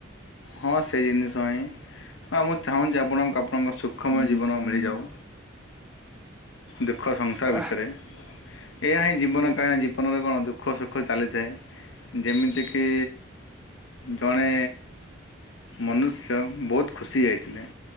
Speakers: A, on the left; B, in the centre.
A: ହଁ ସେ ଜିନିଷ ହିଁ ଆଁ ମୁଁ ଚାହୁଁଚି ଆପଣଙ୍କୁ ଆପଣଙ୍କ ସୁଖମୟ ଜୀବନ ମିଳିଯାଉ। ଦୁଃଖ ସଂସାର ଭିତରେ,
B: ଆଃ
A: ଏହା ହିଁ ଜୀବନ
B: ନିହାତି
A: କାଇଁ
B: ନିହାତି
A: ଜୀବନରେ କଣ ଦୁଃ ଦୁଃଖ ସୁଖ ଚାଲିଥାଏ। ଯେମିତିକି ଜଣେ ମନୁଷ୍ୟ ବହୁତ ଖୁସି ଯାଇଥିଲେ